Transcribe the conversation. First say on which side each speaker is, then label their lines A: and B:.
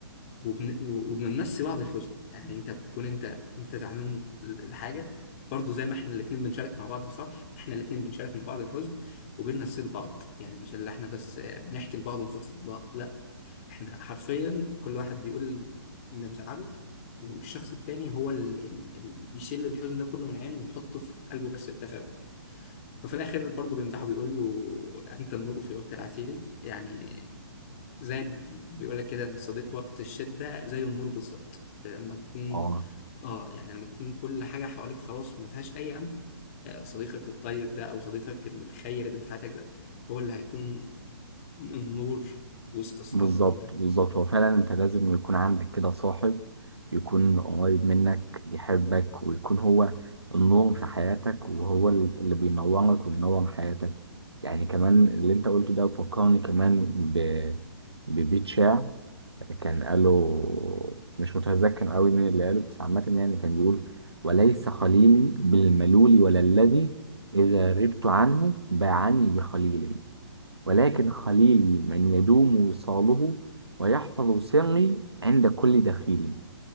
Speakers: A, on the left; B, on the right.
A: وبن... وبنمسي بعض الحزن يعني انت بتكون انت انت زعلان لحاجه برضو زي ما احنا الاثنين بنشارك مع بعض الفرح احنا الاثنين بنشارك مع بعض الحزن وبننسي لبعض يعني مش اللي احنا بس آه، بنحكي لبعض ونفضفض لبعض لا احنا حرفيا كل واحد بيقول اللي مزعله والشخص التاني هو اللي اللي بيشيل الحزن ده كله من عينه ويحطه في قلبه بس التفاؤل ففي الاخر برضه بيمدحه بيقول له انت النور في وقت العسير يعني زي ما بيقول لك كده ان الصديق وقت الشده زي النور بالظبط لما تكون
B: آه
A: اه يعني لما تكون كل حاجه حواليك خلاص ما فيهاش اي امل آه، صديقك الطيب ده او صديقك الخير اللي في حياتك ده هو اللي هيكون النور وسط الصعاب
B: بالظبط
A: دي كلها
B: بالظبط هو فعلا انت لازم يكون عندك كده صاحب يكون قريب منك يحبك ويكون هو النور في حياتك وهو ال- اللي بينورك وينور حياتك يعني كمان اللي انت قلته ده فكرني كمان ب... ببيت شعر كان قاله مش متذكر قوي مين اللي قاله بس عامة يعني كان بيقول وليس خليلي بالملول ولا الذي إذا غبت عنه باعني بخليل ولكن خليلي من يدوم وصاله ويحفظ سري عند كل دخيل